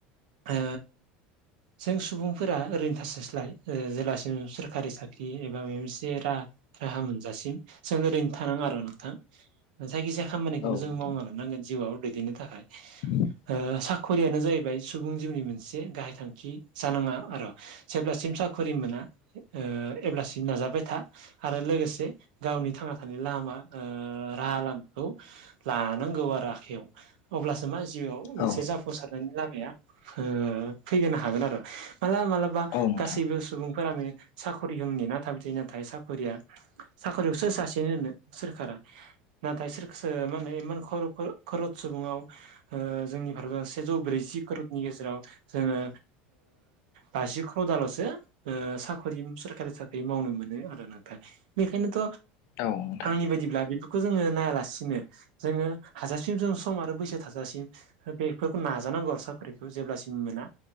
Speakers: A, on the right (about 85°); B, on the left (about 65°).
A: ओ जों सुबुंफोरा ओरैनो थासायस्लाय ओ जेलासिम सोरखारि साख्रि एबा माबा मोनसे राहा मोनजासिम जों ओरैनो थानाङा आरो नोंथां जायखिजाया खामानिखौनो
B: औ
A: जों
B: नोंथां
A: मावना लानांगोन जिउआव दैदेननो थाखाय
B: <unintelligible>
A: ओ साखरियानो जाहैबाय सुबुं जिउनि मोनसे गाहाय थांखि जानाङा आरो जेब्लासिम साख्रिमोना ओ अब्लासिम नाजाबाय था आरो लोगोसे गावनि थांना थानाय लामा ओ राहा लामाखौ लानांगौ आरो आखाइयाव अब्लासो मा जिउआव मोनसे
B: औ
A: जाफुं सारनायनि लामाया ओ फैनो हागोन आरो माला माला बा
B: औ नोंथां
A: गासैबो सुबुंफोरानो साखरिखौ नेना थाबाय नाथाय साखरिया साखरिखौ सोर सासेनो होनो सोरखारा नाथाय सोरखौसो माने इमान खरद सुबुङाव ओ जोंनि भारताव सेजौ ब्रैजि करतनि गेजेराव ओ जोङो बाजि क्रतालसो ओ साख्रि सोरखारि साख्रि मावनो मोनो आरो नाथाय बेखायनोथ
B: औ नोंथां
A: आंनि बायदिब्ला बेफोरखौ जोङो नायालासिनो जोङो हाजाबसिम जों सम आरो बैसो थाजासिम बेफोरखौ नाजानांगौ साख्रिखौ जेब्लासिम मोना